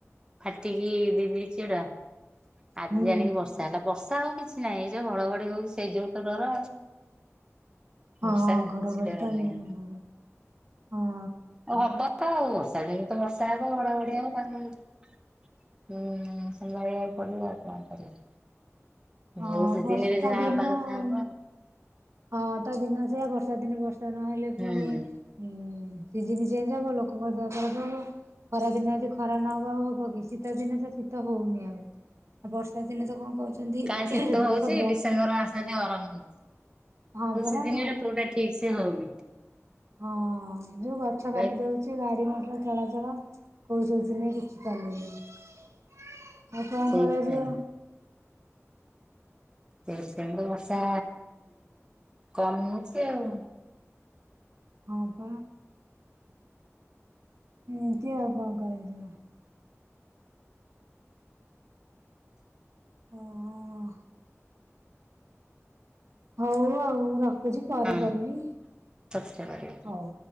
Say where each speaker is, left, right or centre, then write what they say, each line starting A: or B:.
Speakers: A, on the right; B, on the right.
A: ଫାଟିକି ଦେଇ ଦେଇଛି ଏଡା। ଆଜି
B: ହୁଁ
A: ଜାଣିକି ବର୍ଷା ହେଲା ବର୍ଷା ହଉ କିଛି ନାହିଁ ଏଇ ଯୋଉ ଘଡଘଡି ହଉଛି ସେଇ ଯୋଗୁଁ ତ ଡର।
B: ହଁ
A: ବର୍ଷା
B: ଘଡ଼ଘଡ଼ିଟା
A: କିଛି ଡର ନାହିଁ
B: <unintelligible> ଘର ହଁ
A: ଆଉ ହବ ତ ଆଉ ବର୍ଷା ଦିନ ତ ବର୍ଷା ହବ ଘଡାଘଡି ହବ। ହୁଁ ସନ୍ଦ୍ୟବେଳିଆ ଇଏ କରିବା ଆଉ କଣ କରିବା?
B: ହଁ
A: ଯୋଉ ସିଜିନରେ
B: ବର୍ଷା
A: ଯାହା
B: ଦିନ
A: ହବା କଥା
B: ଆଉ।
A: ହବ
B: ହଁ ତା ଦିନ ସେଆ ବର୍ଷା ଦିନେ ବର୍ଷା ନହେଲେ ପୁଣି
A: ହୁଁ।
B: ଉ ସିଯିନ ଚେଞ୍ଜ ହବ ଲୋକଙ୍କ ଦେହ ଖରାପ ହବ ଖରା ଦିନ ଯଦି ଖରା ନହବ ହବ କି? ଶୀତ ଦିନେ ତ ଶୀତ ହଉନି ଆଉ ଆଉ ବର୍ଷା ଦିନେ ତ କଣ କହୁଛନ୍ତି
A: କାଇଁ ଶୀତ
B: ବର୍ଷା
A: ହଉଛି ଡିସେମ୍ବର ମାସରେ ଗରମ ହଉଛି।
B: ହଁ
A: କୋଉ
B: ପରା
A: ସିଜିନରେ
B: <unintelligible>
A: କୋଉଟା ଠିକ ସେ ହଉନି
B: ହଁ ଯୋଉ ଗଛ
A: ବା
B: କାଟି ଦଉଛି ଗାଡି ମଟ ଚଳାଚଳ କୋଉ ସିଜିନରେ ଦେଖି ପାରିଲେ ନାହିଁ। ଆଉ କଣ
A: ସେଇଥିପାଇଁ
B: କରାଯିବ?
A: ସେ ସେ ବର୍ଷା କମ ହଉଛି ଆଉ।
B: ହଁ ପା। ଏମିତି ଆଉ କଣ କରାଯିବ? ଓହୋ ହୋ। ହଉ ଆଉ ମୁଁ ରଖୁଛି ପରେ
A: ହଁ
B: କରିବି
A: ପଛରେ କରିବା।
B: ହଉ।